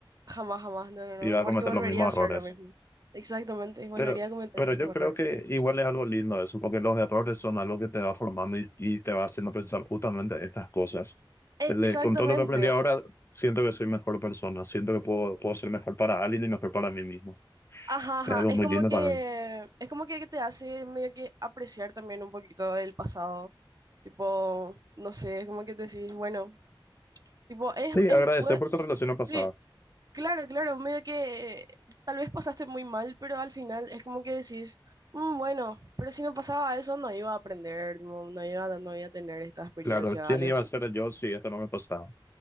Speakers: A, on the right; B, on the left.
A: jamás, jamás, no, no,
B: Iba
A: no,
B: a
A: porque
B: cometer
A: volvería
B: los mismos
A: a hacer
B: errores.
A: lo mismo. Exactamente, y volvería
B: Pero,
A: a cometer
B: pero
A: el
B: yo
A: mismo error.
B: creo que igual es algo lindo eso, porque los errores son algo que te va formando y, y te va haciendo pensar justamente estas cosas.
A: Exactamente.
B: El de- con todo lo que aprendí ahora, siento que soy mejor persona, siento que puedo, puedo ser mejor para alguien y mejor para mí mismo.
A: Ajá, ajá,
B: Es algo
A: es
B: muy
A: como
B: lindo
A: que
B: también.
A: es como que te hace medio que apreciar también un poquito el pasado. Tipo, no sé, es como que te decís, bueno, tipo es
B: Sí,
A: es
B: agradecer
A: puede,
B: por tu relación pasada.
A: sí, Claro, claro, medio que eh, tal vez pasaste muy mal, pero al final es como que decís, "Mm, bueno, pero si no pasaba eso no iba a aprender, tipo, no iba, no iba a tener esta experiencia,
B: Claro, ¿quién
A: algo
B: iba
A: así.
B: a ser yo si esto no me pasaba?